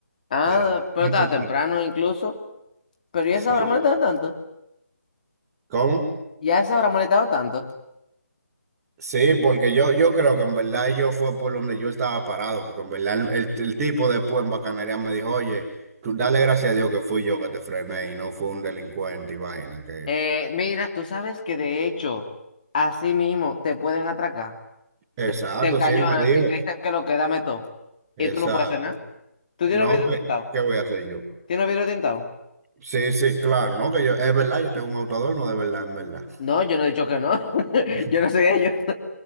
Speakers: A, on the left; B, on the right.
A: Ah,
B: Era
A: pero
B: noche,
A: estaba temprano
B: claro.
A: incluso. Pero ya
B: Sí.
A: se habrá molestado tanto.
B: ¿Cómo?
A: Ya se habrá molestado tanto.
B: Sí, porque yo, yo creo que en verdad yo fue por donde yo estaba parado, porque en verdad el, el- el tipo después en Bacanería me dijo, oye, tú dale gracias a Dios que fui yo que te frené y no fue un delincuente y vaina. Que...
A: Eh, mira, tú sabes que de hecho, así mismo te pueden atracar.
B: Exacto,
A: Te encañonan
B: sí, él me dijo.
A: y te dicen que lo que dame todo.
B: Exacto.
A: Y tú no puedes hacer nada. ¿Tú
B: Eh,
A: tienes
B: No,
A: vidrio
B: ¿qué,
A: tintado?
B: qué voy a hacer yo?
A: ¿Tienes vidrio tintado?
B: Sí, sí, claro, no, que yo, es verdad, yo tengo un autoador, no, de verdad, en verdad.
A: No, yo no he dicho que no. <laughs>
B: <laughs>
A: Yo no soy ellos.